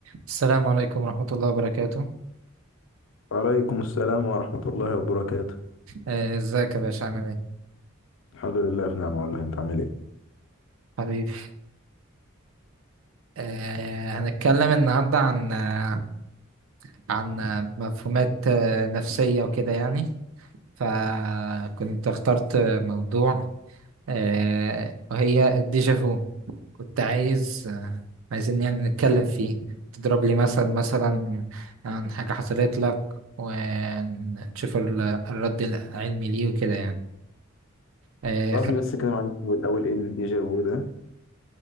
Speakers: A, on the right (about 80°); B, on the left (about 65°).
A: السلام عليكم ورحمة الله وبركاته
B: وعليكم السلام ورحمة الله وبركاته
A: آه، ازيك يا باشا عامل ايه
B: الحمد لله في نعمة والله انت عامل ايه؟
A: حبيبي آه، هنتكلم النهاردة عن آه، عن آه، مفهومات آه، نفسية وكده يعني فكنت اخترت موضوع آه، وهي الديجافو كنت عايز آه، عايزين يعني نتكلم فيه تضرب لي مثل مثلا عن حاجة حصلت لك ونشوف ال- الرد العلمي ليه وكده يعني
B: تعرف لي لسه كلام عن الفيلم الأول إيه الديجا فو ده؟